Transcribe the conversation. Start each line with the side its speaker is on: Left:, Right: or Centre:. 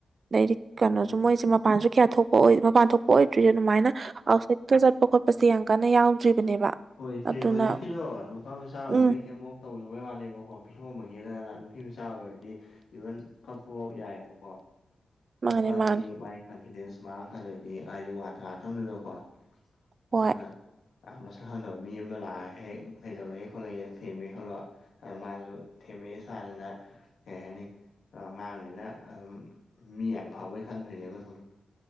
Right: ꯑꯗꯩꯗꯤ ꯀꯩꯅꯣꯖꯨ
Left: ꯎꯝ
Right: ꯃꯣꯏꯖꯦ ꯃꯄꯥꯟꯖꯨ ꯀꯌꯥ ꯊꯣꯛꯄ ꯃꯄꯥꯟ ꯊꯣꯛꯄ ꯑꯣꯏꯗ꯭ꯔꯤ ꯑꯗꯨꯃꯥꯏꯅ ꯑꯥꯎꯠꯁꯥꯏꯠ ꯇ ꯆꯠꯄ ꯈꯣꯠꯄꯁꯦ ꯌꯥꯝ ꯀꯟꯅ ꯌꯥꯎꯗ꯭ꯔꯤꯕꯅꯦꯕ
Left: ꯍꯣꯏ ꯏꯆꯦ
Right: ꯑꯗꯨꯅ
Left: ꯍꯧꯖꯤꯛꯀꯤꯗꯣ ꯅꯨꯄꯥ ꯃꯆꯥ ꯑꯣꯏꯕꯩ
Right: ꯎꯝ
Left: ꯀꯩꯃꯨꯛ ꯇꯧꯗꯕꯩ ꯋꯥꯅꯦꯕꯀꯣ ꯄꯤꯊꯣꯃꯒꯤꯗꯅ ꯅꯨꯄꯤ ꯃꯆꯥ ꯑꯣꯏꯔꯗꯤ ꯏꯚꯟ ꯀꯞꯄꯕꯣꯛ ꯌꯥꯏꯕꯀꯣ ꯀꯞꯄꯛꯑꯗꯤ
Right: ꯃꯥꯅꯦ ꯃꯥꯅꯦ
Left: ꯃꯥꯏ ꯀꯟꯐꯤꯗꯦꯟꯁ ꯃꯥꯡꯉꯛꯀꯗꯣꯏꯅꯤ ꯍꯥꯏꯗꯤ ꯋꯥꯗ ꯉꯥꯇꯪꯗꯨꯗꯀꯣ
Right: ꯍꯣꯏ
Left: ꯑꯗꯨꯅ ꯑ ꯃꯁꯛ ꯈꯪꯗꯕ ꯃꯤ ꯑꯃ ꯂꯥꯛꯑꯒ ꯍꯦꯛ ꯀꯩꯗꯧꯔꯒꯦ ꯈꯣꯠꯂꯒꯦ ꯊꯦꯝꯃꯦ ꯈꯜꯂꯣ ꯑ ꯃꯥꯖꯨ ꯊꯦꯝꯃꯦ ꯁꯥꯗꯅ ꯀꯩ ꯍꯥꯏꯅꯤ ꯑꯉꯥꯡꯅꯤꯅ <unintelligible> ꯃꯤ ꯌꯥꯝ ꯐꯕꯩ ꯈꯟꯗꯣꯏꯅꯦꯕ ꯗꯨꯝ